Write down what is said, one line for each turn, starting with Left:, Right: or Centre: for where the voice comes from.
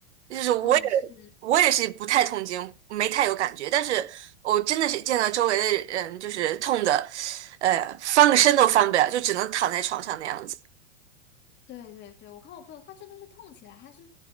Right: 就是我也
Left: 啊，是，
Right: 我也是不太痛经，没太有感觉，但是我真的是见到周围的人就是痛的，呃，翻个身都翻不了，就只能躺在床上那样子。
Left: 对对对，我看我朋友他真的是痛起来，他是